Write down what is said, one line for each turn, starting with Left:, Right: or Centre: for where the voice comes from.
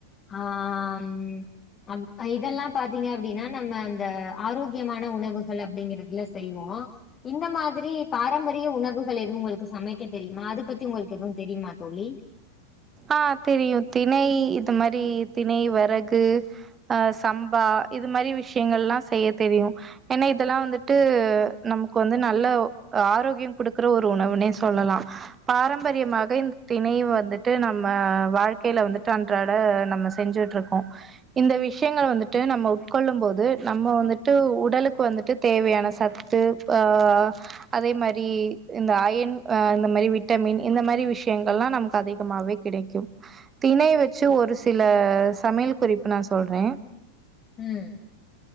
Left: ஆ ம் அம் அ இதெல்லா பாத்தீங்க அப்டின்னா நம்ம அந்த ஆரோக்கியமான உணவுகள் அப்டிங்கிறது ல்ல செய்வோ இந்த மாதிரி பாரம்பரிய உணவுகள் எதுவு உங்களுக்கு சமைக்க தெரியுமா அத பத்தி உங்களுக்கு எதுவு தெரியுமா தோழி
Right: ஆஹ் தெரியு திணை இது மாரி திணை வரகு அஹ் சம்பா இது மாரி விஷயங்கெல்லா செய்ய தெரியு ஏன்னா இதெல்லா வந்துட்டு நமக்கு வந்து நல்ல ஆரோக்கிய கொடுக்குற ஒரு உணவுனே சொல்லலா பாரம்பரியமாக இந்த திணை வந்துட்டு ட்டு நம்ம வாழ்க்கையில வந்துட்டு அன்றாட நம்ம செஞ்சுட்ருக்கோ இந்த விஷயங்க வந்துட்டு நம்ம உட்கொள்ளும் போது நம்ம வந்துட்டு உடலுக்கு வந்துட்டு தேவையான சத்து ஆஹ் அதே மாரி இந்த அயன் இந்த மாரி விட்டமின் இந்த மாரி விஷயங்கல்லா நமக்கு அதி மாவே கிடைக்கும் திணை வச்சு ஒரு சில சமையல் குறிப்பு நா சொல்றே
Left: உம்